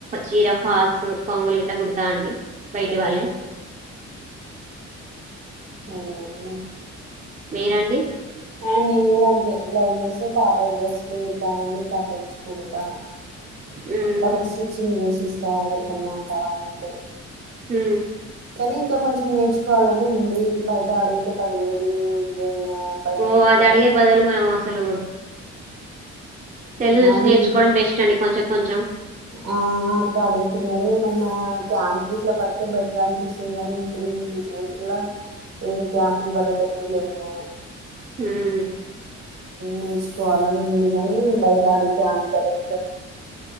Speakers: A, on the right (about 25°); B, on the right (about 55°).
A: చీర ఫాల్స్ కోంగోలు గిలా కుడతా అండి బయటి
B: ఓకే
A: వాళ్ళే
B: అన్న
A: వేరండి
B: అండ్ నేను కూడా అంతే బ్లౌజెస్ పాపయ డ్రెస్లు ండి కట్టించిు కుడతా
A: హ్మ్
B: డబల్ స్టిచ్చింగ్ వేసి ఇస్తా ఎవరికన్నా కావాలంటే
A: హ
B: కా ఇంకా కొంచెం నేర్చుకోవాలని ఉంది ఇ బయట అడిగితే పదివేలు ఇరవై వేలు పదిహేను
A: ఓ అది అడిగే
B: అని అడుగుతు
A: బదులు మనం అసలు సెల్లు చూసి
B: అవి
A: నేర్చుకోవడం బెస్ట్ అండి కొంచెం కొంచెం.
B: ఆ అట్ల అడుగుతున్నరు ఏమన్నా క్యాంప్ గిట్ల పడితే బెటర్ అనిపిస్తుంది కానీ ఇప్పుడు ఈ సిచ్యువేషన్ల ఏం క్యాంపులు పడే టట్టు లెవ్వు
A: ఉమ్
B: నేర్చుకోవాలని ఉంది కాని బయట అడిగితే అంత రేట్